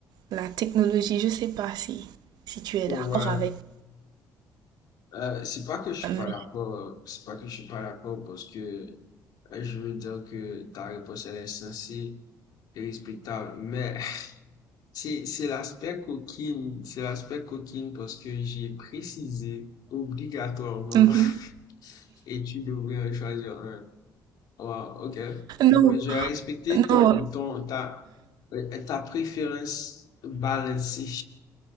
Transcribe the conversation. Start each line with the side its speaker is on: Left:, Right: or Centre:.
Right: la technologie. Je ne sais pas si, si tu es
Left: Bon,
Right: d'accord
Left: ouais,
Right: avec.
Left: euh, c'est pas que je
Right: mais-
Left: suis pas d'accord, c'est pas que je suis pas d'accord parce que euh, je veux dire que ta réponse, elle est sensée. et respectable. Mais c'est, c'est l'aspect coquine, c'est l'aspect coquine parce que j'ai précisé obligatoirement
Right: Mhm.
Left: <laughs> et tu devrais en choisir un. Wow, ok. Bon,
Right: Non,
Left: je vais respecter
Right: non,
Left: ton, ton, ta, ta préférence balancée.